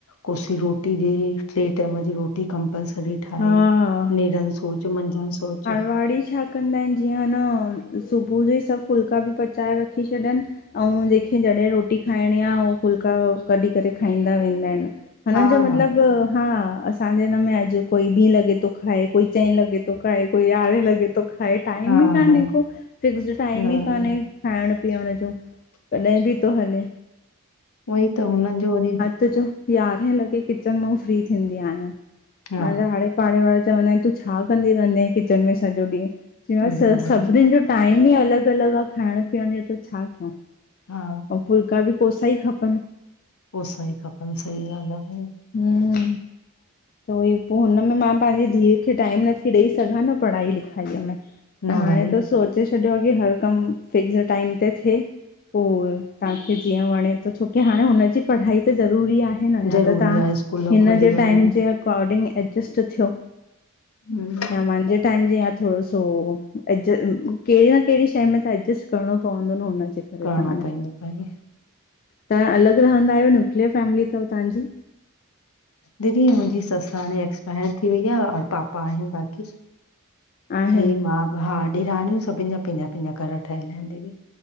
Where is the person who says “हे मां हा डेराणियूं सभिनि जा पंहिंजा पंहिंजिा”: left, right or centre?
Left